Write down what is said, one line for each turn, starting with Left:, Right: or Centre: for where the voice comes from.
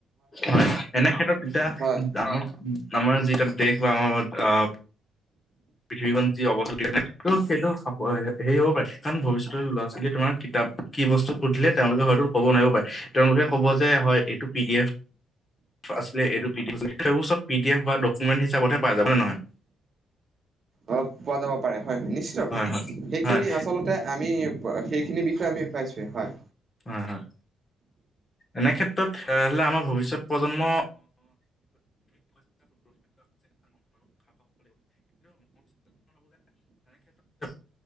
Left: হয়, এনে ক্ষেত্ৰত এতিয়া
Right: হয়,
Left: <unintelligible> আমাৰ যি এতিয়া দেশ বা আমাৰ আহ, পৃথিৱীখন যি <unintelligible> ত' সেইটো হেৰি হ'ব পাৰে কাৰণ ভৱিষ্যতৰ ল'ৰা-ছোৱালীয়ে তোমাৰ কিতাপ কি বস্তু সুধিলে তেওঁলোকে হয়তো ক'ব নোৱাৰিব পাৰে, তেওঁলোকে ক'ব যে হয় এইটো পি ডি এফ আছিলে এইটো পি ডি এফ আছিলে, সেইবোৰ চব পি ডি এফ বা ডকুমেণ্ট হিচাপতহে পাই যাব হয় নে নহয়?
Right: অ', পোৱা যাব পাৰে হয়, হয়, নিশ্চিত ৰূপে সেই
Left: হয়
Right: সেইখিনি
Left: হয় হয়
Right: আচলতে আমি সেইখিনি বিষয়ে আমি পাইছোঁৱেই হয়।
Left: হয়, হয়, এনে ক্ষেত্ৰত হ'লে আমাৰ ভৱিষ্যত প্ৰজন্ম <unintelligible> <unintelligible>